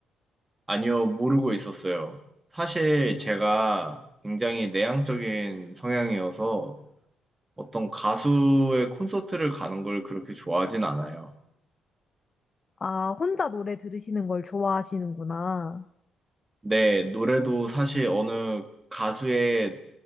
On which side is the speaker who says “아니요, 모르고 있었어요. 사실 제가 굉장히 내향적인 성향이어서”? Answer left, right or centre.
Right